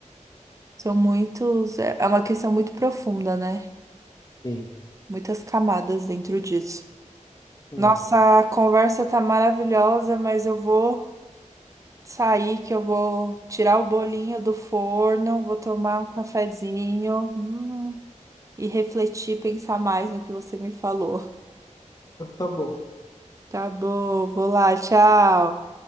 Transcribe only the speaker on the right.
São muitos, é é uma questão muito profunda, né?
Muitas camadas dentro disso.
Nossa,
conversa tá maravilhosa, mas eu vou sair que eu vou tirar o bolinho do forno, vou tomar um cafezinho, hum, e refletir, pensar mais no que você me falou.
Tá bom, vou lá, tchau.